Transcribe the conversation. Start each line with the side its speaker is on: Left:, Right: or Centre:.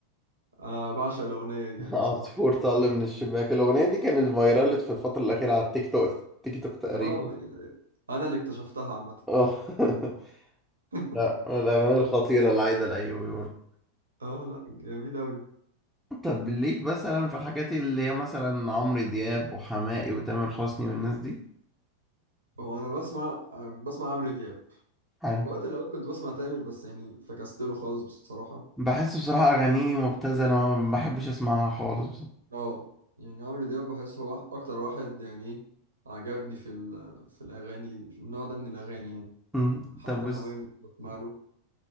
Right: آه بعشق الاغنية دي
Centre: <laughs>
Right: يعني
Centre: عصفور
Right: بصراحة
Centre: طل من الشباك الأغنية دي كانت فايرالت في الفترة الأخيرة على التيك توك تيك توك تقريبا
Right: اه انا اللي اكتشفتها عامة
Centre: اه <laughs>
Right: <laughs>
Centre: لا من الأغاني الخطيرة لعايدة الأيوبي برضه.
Right: اه لا جميل اوي
Centre: طب ليك مثلا في الحاجات اللي هي مثلا عمرو دياب وحماقي وتامر حسني والناس دي
Right: وانا بسمع آه، بسمع عمرو دياب
Centre: حلو
Right: في وقت من الاوقات كنت بسمع تامر بس يعني فكست له خالص بصراحة
Centre: بحس بصراحة أغانيه مبتذلة ما بحبش أسمعها خالص بصراحة.
Right: اه يعني عمرو دياب بحس هو اكتر واحد يعني ايه عجبني في ال- في الاغاني في النوع ده من الاغاني يعني
Centre: مم.
Right: حتى
Centre: طب
Right: حمامي
Centre: وس...
Right: بسمع له